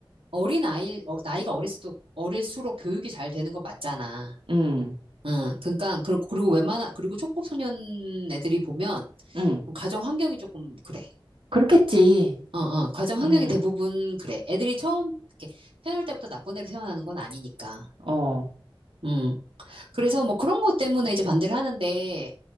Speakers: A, on the right; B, on the right.
A: 어린 아이 어, 나이가 어릴수록 어릴수록 교육이 잘 되는 건 맞잖아.
B: 응,
A: 응. 그러니까 그리고 그리고 웬만한 그리고 촉법소년 애들이 보면
B: 응,
A: 가정 환경이 조금 그래.
B: 그렇겠지.
A: 어, 어. 가정
B: 음.
A: 환경이 대부분 그래. 애들이 처음 이렇게 태어날 때부터 나쁜 애로 태어나는 건 아니니까.
B: 어,
A: 음. 그래서 뭐 그런 것 때문에 이제 반대를 하는데